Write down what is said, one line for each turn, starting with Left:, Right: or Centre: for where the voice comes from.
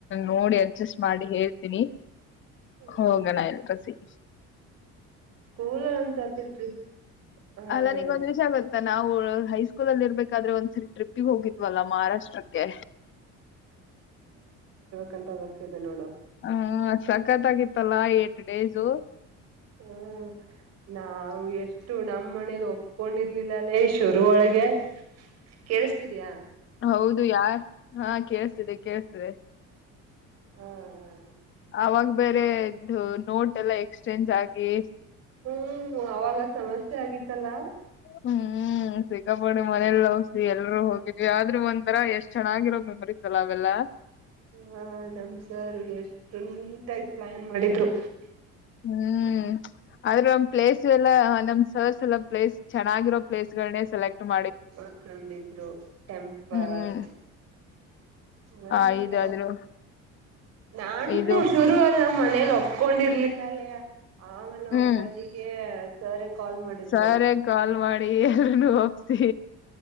Left: ನೋಡಿ ಅಡ್ಜಸ್ಟ್ ಮಾಡಿ ಹೇಳ್ತೀನಿ
Right: ಹ್ಮ್
Left: ಹೋಗಣ ಎಲ್ರು ಸಿಕ್ಕಿ
Right: ಸ್ಕೂಲ್ ಅಲ್ಲಿ ಒಂದ್ ಸತಿ ಟ್ರಿಪ್ ಹಾ
Left: ಅಲ್ಲಾ
Right: ಹೇಳು
Left: ನಿಗ ಒಂದ ವಿಷಯ ಗೊತ್ತಾ ನಾವು ಹೈಸ್ಕೂಲ್ ಅಲ್ಲಿ ಇರ್ಬೇಕಾದ್ರೆ ಒಂದು ಟ್ರಿಪ್ಪಿಗೆ ಒಗಿದ್ವಲ್ವ ಮಹಾರಾಷ್ಟ್ರಕ್ಕೆ
Right: ಕಂಟ ಬರ್ತಿದೆ ನೋಡು
Left: ಹ್ಮ ಸಕತ್ ಆಗಿತ್ತಲ್ಲಾ ಏಟ್ ಡೇಸು
Right: ಹ್ಮ್ ನಾವವು ಎಷ್ಟು ನಮ್ಮ್ ಮನೇಲಿ ಒಪ್ಕೊಂಡಿರ್ಲಿಲ್ಲಲ್ಲೇ ಶುರುವ ಒಳಗೆ ಕೇಳಿಸತಿದಯಾ
Left: ಹೌದು ಯಾರ್ ಹಾ ಕೇಳ್ತಿದೆ ಕೇಳ್ತಿದೆ
Right: ಹ್ಮ್ ಹ್ಮ್
Left: ಅವಾಗ ಬೇರೆ ನೋಟ್ ಎಲ್ಲ ಎಕ್ಸ್ಚೇಂಜ್ ಆಗಿ
Right: ಹ್ಮ್ ಅವಾಗ ಸಮಸ್ಯೆ ಆಗಿತ್ತಲ್ಲಾ
Left: ಹ್ಮ್ ಸಿಕ್ಕಾಪಡು ಮನೇಲೀ ಒಪ್ಸಿ ಎಲ್ರುೂ ಹೋಗಿದ್ವಿ ಆದ್ರೂ ಒಂದ ಒಂಥರಾ ಎಷ್ಟ್ ಚನ್ನಾಗಿರೋ ಮೆಮೊರಿಸ್ ಅಲ್ಲ ಅವೆಲ್ಲ
Right: ಹ ನಮ್ಸಾರು ಎಷ್ಟು ನೀಟಾಗಿ ಪ್ಲಾನ್ ಮಾಡಿದ್ರು
Left: ಹ್ಮ್ ಆದ್ರ ಒಂದು ಪ್ಲೇಸ್ ಎಲ್ಲ ನಮ್ ಸರ್ಸ್ ಎಲ್ಲ ಪ್ಲೇಸ್ ಚನ್ನಾಗಿರೋ ಪ್ಲೇಸ್ಗಳನ್ನೇ ಸೆಲೆಕ್ಟ್ ಮಾಡಿ
Right: ಮತ್ಕೊಂಡಿದ್ರು ಟೆಂಪಲ್
Left: ಹ್ಮ್
Right: ನತ್ತ
Left: ಆ ಇದಾದ್ರು
Right: ನಾನು
Left: ಇದು
Right: ಶುರು ಅಲ್ಲ ಮ ಮನೇಲಿ ಒಪ್ಕೊಂಡಿರ್ಲಿಲ್ಲ ಅಲ್ಲಯ ಆಮನ
Left: ಹ್ಮ್
Right: ಅಪ್ಪಾಜಿಗೆ ಸರ್ ಕಾಲ್ ಮಾಡಿದ್ರು
Left: ಸರೇ ಕಾಲ್ ಮಾಡಿ ಎಲ್ಲ ಒಪ್ಸಿ